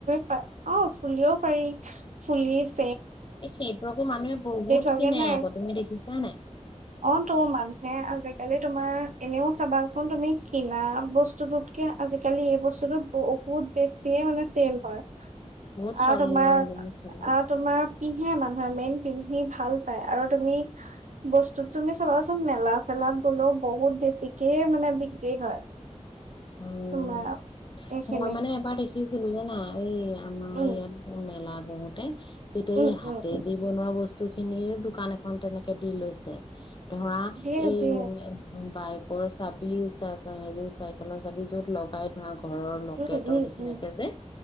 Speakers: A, on the right; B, on the left.
A: পাই, অ ফুলিও পাৰি- ফুলিচ
B: এ সেইটো আকৌ মানুহে বহুত
A: হয়গে
B: কিনে
A: নাই
B: আকৌ, তুমি দেখিছা নাই?
A: অ', তো, মানুহে আজিকালি তোমাৰ এনেও চাবাচোন, তুমি কিনা বস্তুটোতকে আজিকালি এই বস্তুটো বহুত বেছিয়ে মানে চেল হয়।
B: বহুত
A: আৰু
B: চলে
A: তোমাৰ
B: অ বহুত চলে
A: আৰু তোমাৰ পিন্ধে মানুহে মেইন পিন্ধি ভাল পায় আৰু তুমি বস্ তুমি চাবাচোন মেলা চেলাত গ'লেও বহুত বেছিকে মানে বিক্ৰী হয়।
B: উম
A: তোমাৰ এইখিনি
B: মই মানে এবাৰ দেখিছিলো জানা উম। আমাৰ
A: উম
B: ইয়াত মেলা কৰোঁতে। তেতিয়া
A: উম
B: এই হাতে
A: উম
B: দি বনোৱা বস্তু খিনিৰ দোকান এখন তেনেকে দি লৈছে ধৰা
A: দিয়ে
B: এই
A: দিয়ে
B: উ, উ। বাইকৰ চাবি চাই চা চাইকেলৰ চাবি য'ত লগাই ধৰা ঘৰৰ লকেটৰ
A: উম উম
B: নিচিনাকে
A: উম
B: যে